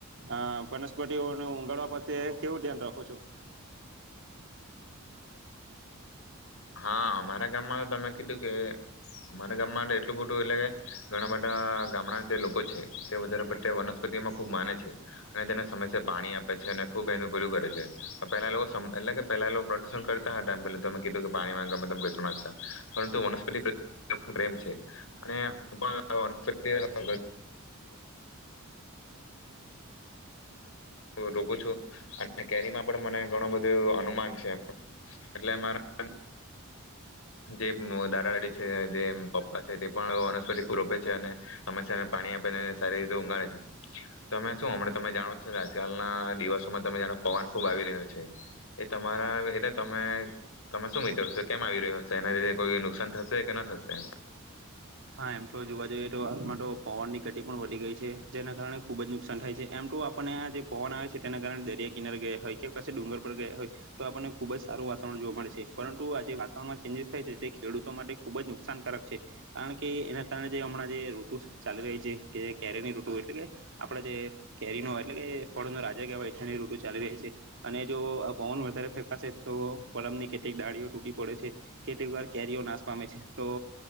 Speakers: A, on the right (about 65°); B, on the left (about 75°).
A: આ વનસ્પતિઓને ઊગાળવા પ્રત્યે કેવું ધ્યાન રાખો છો?
B: હા મારા ગામમાં તો તમે કીધું કે મારા ગામમાં એટલું બધું એટલે કે ઘણા બધા ગામડા જે લોકો છે તે વધારે પ્રત્યય વનસ્પતિમાં ખુબ માને છે અને તેને સમસ્યા પાણી આપે છે અને ખુબ એનું પેલું કરે છે પેલા લોકો એટલે કે પેલા લોકો પ્રદુષણ કરતા હતા પેલું તમે કીધું કે પાણીમે ગમેતેમ કચરો નાખતા પરંતુ વનસ્પતિ પ્રેમ છે અને બધા રોપું છું અને કેરીમાં પણ મને ઘણું બધું અનુમાન છે એટલે મારા જે દાદા દાદી છે જે પપ્પા છે તે પણ વનસ્પતિ ખુબ રોપે છે અને હંમેશાને પાણી આપેને સારી રીતે ઊગાળે છે તમે શું હમણાં તમે જાણો જ છ કે આજકાલના દિવસોમાં તમે જાણો પવન ખુબ આવી રહ્યો છે એ તમારા એવીરીતે તમે તમે શું વિચારો છો, કેમ આવી રહ્યો હશે એના લીધે કોઈ નુકસાન થશે કે ન થશે?
A: હા એમ તો જોવા જઈએ તો હાલમાં તો પવન ની ઘટી પણ વધી ગઈ છે જેના કારણે ખુબ જ નુકસાન થાય છે એમ તો આપણને આ જે પવન આવે છે તેના કારણે દરિયા કિનારે ગયા હોય કે પછી ડુંગર પર ગયા હોય તો આપણને ખુબ જ સારું વાતાવરણ જોવા મળેશે પરંતુ આજે વાતાવરણમાં ચેન્જજીસ થાય છે તે ખેડતો માટે ખુબ જ નુકસાનકારક છે. કારણ કે એના કારણે જે હમણાં જે ઋતુ ચાલી રહી છે કે જે કેરીની ઋતુ એટલે કે આપણે જે કેરી નો એટ કે એ ફળો રાજા કેવાય. કરીની ઋતુ ચાલી રહી છે અને જો પવન વધારે ફેંકાશે તો પલમ ની કેટલીક દાળીઓ તૂટી પડે છે કેટલીક વાર કેરીઓ નાશ પામે છે તો